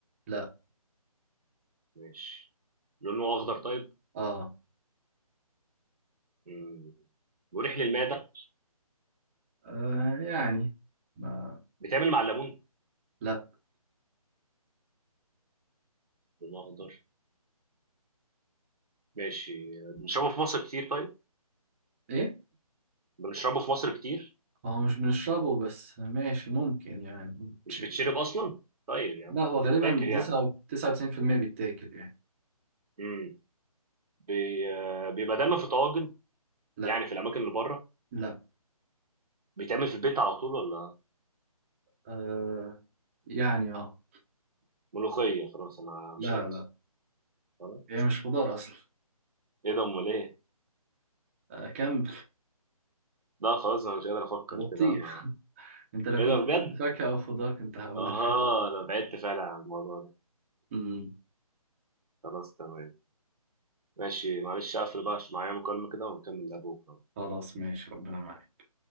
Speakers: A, on the right; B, on the right.
A: لا
B: ماشي لونه اخضر طيب
A: آه,
B: مم. مريح للمعده
A: آه يعني ما
B: بيتعمل مع الليمون
A: لا
B: لونه اخضر ماشي بنشربه في مصر كتير طيب
A: إيه
B: بنشربه في مصر كتير
A: هو مش بنشربه بس ماشي ممكن يعني
B: مش
A: تش-
B: بتشرب اصلا طيب يعني
A: لا هو غالبا
B: بتتاكل
A: بتسعة
B: يعني
A: تسعة وتسعين في المية بيتاكل يعني
B: مم. بي... آه، بيبقى دايما في طواجن
A: لا
B: يعني في الاماكن اللي بره
A: لا
B: بيتعمل في البيت على طول ولا
A: آه يعني اه
B: ملوخيه خلاص انا مش
A: لا
B: قادر
A: لا
B: خلاص
A: هي مش خضار أصلا
B: ايه ده امال ايه
A: آه كم
B: لا خلاص انا مش قادر افكر
A: بطيخ
B: كده انا
A: أنت لو
B: ايه
A: كنت
B: ده بجد
A: قلت فاكهة أو خضار كنت هقول
B: اه انا بعدت فعلا عن الموضوع ده
A: <laughs> أمم،
B: خلاص تمام ماشي معلش اقفل بقى عشان معايا مكالمة كده ونكمل لها بكرة
A: خلاص ماشي ربنا معاك